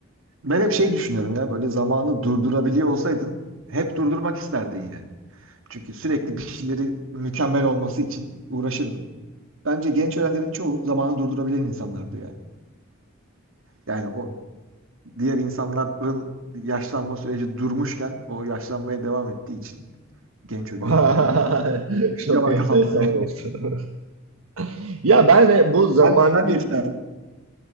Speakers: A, on the right; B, on the right.
A: ben hep şey düşünüyorum ya böyle zamanı durdurabiliyor olsaydın hep durdurmak isterdin yani. Çünkü sürekli bir şeyleri mükemmel olması için uğraşırdın. Bence genç öğrencilerin çoğu zamanı durdurabilen insanlardı yani. Yani o diğer insanların yaşlanma süreci durmuşken o yaşlanmaya devam ettiği için genç ölüyorlar
B: <laughs>
A: gibi bir, bir düşünce
B: Çok
A: var
B: enteresan
A: kafamda yani.
B: oldu. <laughs> Ya ben de
A: <laughs>
B: bu zamanı
A: Sen, sen ne
B: dur
A: isterdin?